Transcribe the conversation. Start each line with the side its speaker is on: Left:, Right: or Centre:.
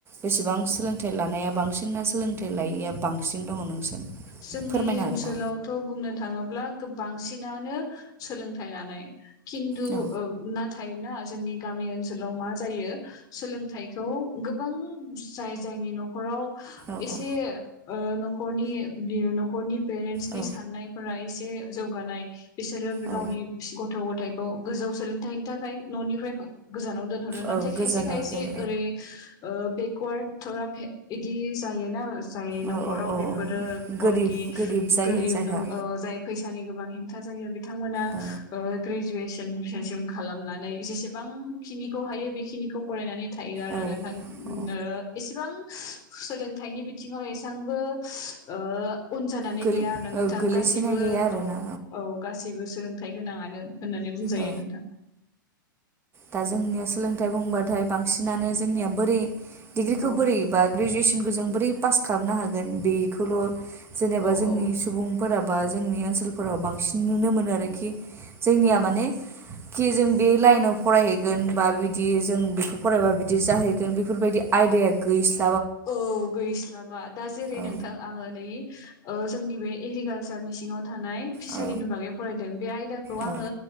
Right: बेसेबां सोलोंथाइ लानाया बांसिन ना सोलोंथाइ लायैया बांसिन दङ? नोंसोर
Left: जोंनि
Right: फोरमायनो
Left: ओनसोलावथ'
Right: हागोन नामा
Left: बुंनो थाङोब्ला बांसिनानो सोलोंथाइ लानाय। खिन्थु
Right: औ
Left: ओ नाथ थायना, जोंनि गामि ओनसोलाव मा जायो सोलोंथाइखौ गोबां जाय जाय जायनि न'खराव एसे
Right: औ औ
Left: ओ न'खरनि न'खरनि पेरेन्टसनि
Right: औ
Left: साननायफोरा एसे से जौगानाय। बिसोरो बि
Right: औ
Left: गावनि ग थ' गथायखौ गोजौ सोलोंथाइनि थाखाय न'निफ्रायबो गोजानाव दोनहरो। नाथाय
Right: औ गोजानाव
Left: खायसे खायसे
Right: दोन
Left: ओरै ओ बेकवार्ड थरा फे इदि जायोना जाय न'खराव
Right: औ औ औ
Left: बेफोरो
Right: गोरिब
Left: अलि
Right: गोरिब जायो
Left: गोरिब
Right: जायहा
Left: न ओ जाय फैसानि गोबां हेंथा जायो बिथांमोना
Right: औ
Left: ओ ग्रेजुवेसनसिम खालामनानै जेसेबां बां खिनिखौ हायो बेखिनिखौ फरायनानै थायो आरो
Right: औ
Left: नोंथां।
Right: औ
Left: एसेबां सोलोंथाइनि बिथिङाव एसांबो ओ उन जानानै
Right: गोल
Left: गैया आरोना नोंथां।
Right: औ गोलैसोनाय
Left: गासिबो
Right: गैया आरोना
Left: औ औ गासिबो सोलोंथाइ गोनाङानो होननानै बुंजायो
Right: औ
Left: नोंथां।
Right: दा जोंनिया सोलोंथाइ बुंबाथाय बांसिनानो जोंनिया बोरै डिग्रिखौ
Left: औ
Right: बोरै बा ग्रेजुवेसनखौ जों बोरै पास खालामनो हागोन बेखौल' जेनेबा
Left: औ
Right: जोंनि
Left: औ
Right: सुबुं फोरा बा जोंनि ओनसोलफोराव बांसिन नुनो मोनो आरोखि जोंनिया
Left: औ
Right: माने खि जों बे लाइनाव फरायहैगोन बा बिदि जों बेखौ फरायबा बिदि जाहैगोन बेफोरबायदि आयदाया गैस्ला
Left: औ गैस्लाबा, दा जेरै
Right: औ
Left: नोंथां आङो नै ओ जोंनि बे एग्रिकालसारनि सिङाव थानाय फिसारिनि
Right: औ
Left: बागै फरायदों। बे आयदाखौ
Right: औ
Left: आङो